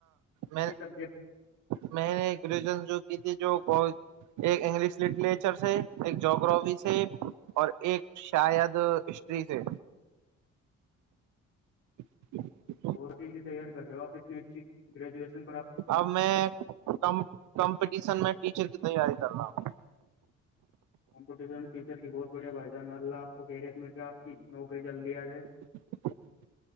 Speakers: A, on the right (about 85°); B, on the left (about 50°).
A: میں
B: سی سبجیکٹ
A: میں نے گریجویشن جو کی تھی جو بہ ایک انگلش لٹریچر سے ایک جگررافی سے اور ایک شاید ہسٹری سے ج
B: بہت چیز کی تیاری کر رہے ہو آپ اتنی اچھی گریجویشن پر آپ
A: اب میں کمپٹیشن میں ٹیچر کی تیاری کر رہا ہوں
B: کمپٹیشن ٹیچر کی بہت بڑھیا بائی جان اللہ آپ کو کیریئر کر کے آپ کی نوکری جلدی آ جائے
A: <inaudible>